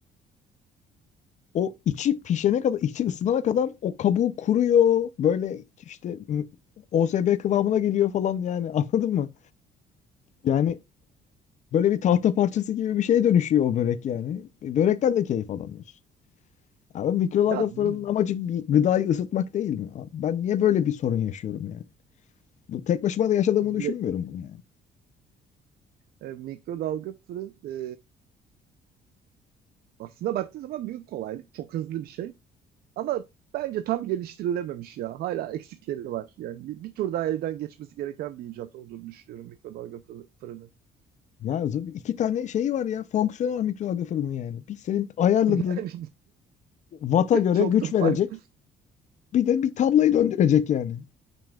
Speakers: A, on the left; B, on the right.
A: O içi pişene kadar, içi ısınana kadar o kabuğu kuruyor. Böyle işte m, OSB kıvamına geliyor falan yani <laughs> anladın mı? Yani böyle bir tahta parçası gibi bir şeye dönüşüyor o börek yani. E, Börekten de keyif alamıyorsun. Abi mikrodalga
B: Ya, bi-
A: fırının amacı bir gıdayı ısıtmak değil mi? Abi ben niye böyle bir sorun yaşıyorum yani? Bu tek başıma da yaşadığımı
B: bi-
A: düşünmüyorum bunu yani.
B: e, mikrodalga fırın e, aslında baktığın zaman büyük kolaylık. Çok hızlı bir şey. Ama bence tam geliştirilememiş ya. Hala eksikleri var. Yani bir, bir tur daha elden geçmesi gereken bir icat olduğunu düşünüyorum mikrodalga fırını.
A: Ya z- iki tane şey var ya fonksiyonel mikrodalga fırını yani. Bir senin ayarladığın
B: <laughs> Yani
A: vata göre
B: çok
A: güç
B: da fark
A: verecek. Bir de bir tablayı döndürecek yani.